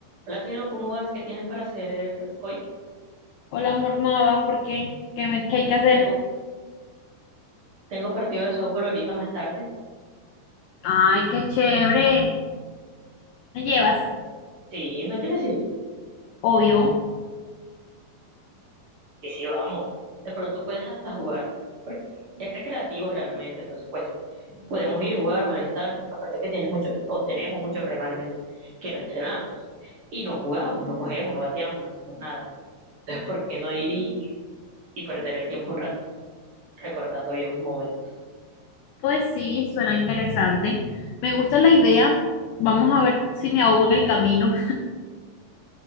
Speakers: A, on the right; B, on the left.
A: Hola cielo, ¿cómo vas? ¿Qué tienes para hacer hoy?
B: Hola, amor, nada, ¿por qué? ¿Qué, me- qué hay que hacer?
A: Tengo, tengo partido de softball ahorita más tarde.
B: Ay, qué chévere. ¿Me llevas?
A: Sí, ¿no quieres ir?
B: Obvio.
A: Sí, sí, vamos. De pronto puedes hasta jugar. porque Es recreativo realmente, entonces pues podemos ir, jugar, molestar. Aparte que tienes mucho, o tenemos mucho realmente, que no entrenamos. Y no jugamos, no cogemos, no bateamos, no hacemos nada. Entonces, ¿por qué no ir y, y perder el tiempo un rato recordando viejos momentos?
B: Pues sí, suena interesante. Me gusta la idea. Vamos a ver si me ahogo en el camino.